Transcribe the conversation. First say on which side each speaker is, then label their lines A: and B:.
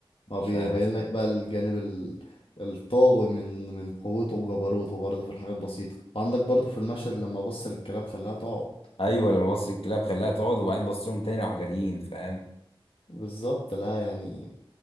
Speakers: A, on the left (about 70°); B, on the left (about 80°).
A: هو
B: فاهم
A: بيبين لك بقى الجانب ال- الطاغي من من قوته وجبروته برضه في الحاجات البسيطة وعندك برضه في المشهد لما بص للكلاب خلاها تقعد
B: ايوه لما بص الكلاب خلاها تقعد وبعدين بص لهم تاني راحوا جاريين فاهم
A: بالظبط لا يعني